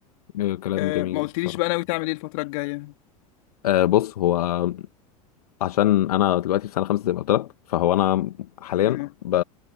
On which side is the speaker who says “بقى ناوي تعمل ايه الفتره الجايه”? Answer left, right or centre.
Left